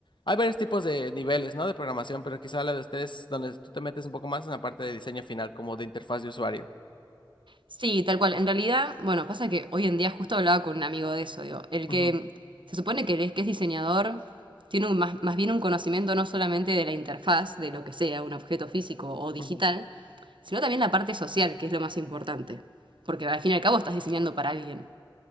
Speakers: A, on the left; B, on the right.
A: hay varios tipos de niveles, ¿no? De programación, pero quizá la de ustedes, donde tú te metes un poco más en la parte de diseño final, como de interfaz de usuario.
B: Sí, tal cual. En realidad, bueno, pasa que hoy en día justo hablaba con un amigo de eso, digo, el
A: Ujú,
B: que se supone que es, que es diseñador tiene un- más, más bien un conocimiento no solamente de la interfaz, de lo que sea, un objeto físico o digital,
A: ujú,
B: sino también la parte social, que es lo más importante, porque al fin y al cabo estás diseñando para alguien.